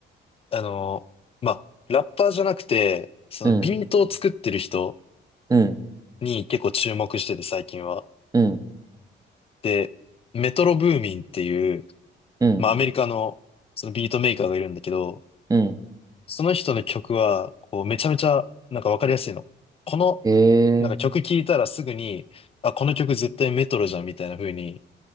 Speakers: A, on the left; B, on the right.
A: あの、まあ、ラッパーじゃなくて、そのビートを作ってる人
B: うん、うん、
A: に結構注目してて最近は。
B: うん、
A: で、メトロブーミンっていう、
B: うん、
A: まあ、アメリカのそのビートメーカーがいるんだけど、
B: うん。
A: その人の曲は、こう、めちゃめちゃ、なんかわかりやすいの。この、
B: へえ、
A: なんか曲聴いたらすぐに、あ、この曲絶対メトロじゃんみたいな風に